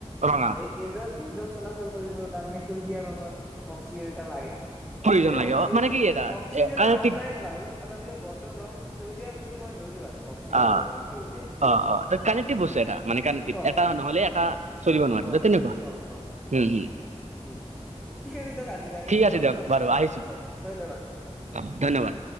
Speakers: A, on the right (about 80°); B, in the centre.
A: ৰঙা
B: তেজক-তেজক চলাচল কৰিবৰ কাৰণে সেউজীয়া ৰঙত অক্সিজেন এটা লাগে।
A: প্ৰয়োজন
B: এনে
A: লাগে
B: অক্সিজ,
A: অ মানে কি এটা
B: অক্সিজেনৰ
A: কানেক্টিভ
B: ৰং নাই বাৰু। তথাপিও গছৰ ৰং সেউজীয়া বুলি মই ধৰিলো আৰু। অক্সিজেনৰ
A: অ
B: ৰং সেউজীয়া
A: অ অ কানেক্টিভ বস্তু
B: উম,
A: এটা মানে কানেক্টিভ
B: অ,
A: এটা নহলে
B: উম-উম।
A: এটা চলিব নোৱাৰে
B: অ',
A: ত তেনেকুৱা
B: অ', অ', ক
A: উম হম
B: উম, ঠিক আছে দিয়ক আজিৰ কাৰণে
A: ঠিক
B: পুনৰ
A: আছে দিয়ক
B: কথা পাতিম
A: বাৰু আহিছো
B: হয় ধন্যবাদ।
A: অ, ধন্যবাদ।